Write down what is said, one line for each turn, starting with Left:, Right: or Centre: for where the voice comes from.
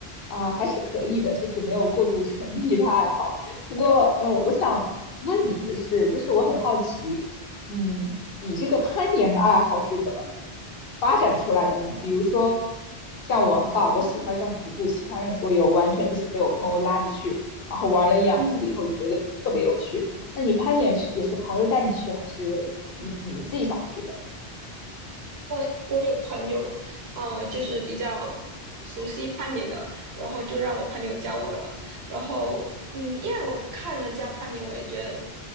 Left: 啊，还是可以的，就是没有过度沉迷的爱好。不过呃，我想问你的是，就是我很好奇，嗯，你这个攀岩的爱好是怎么发展出来的呢？比如说像我的话，我喜欢上徒步，喜欢上桌游，完全就是被我朋友拉着去，然后玩了一两次以后觉得特别有趣。
Right: 嗯。
Left: 那你攀岩是也是朋友带你去，还是你你自己想去的？
Right: 我我有朋友，呃，就是比较熟悉攀岩的，然后就让我朋友教我了。然后，嗯，因为我看人家攀岩，我也觉得